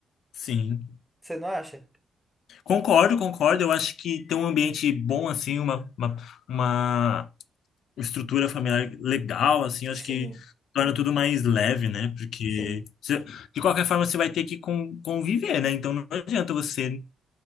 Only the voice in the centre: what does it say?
você não acha?
Sim,
sim.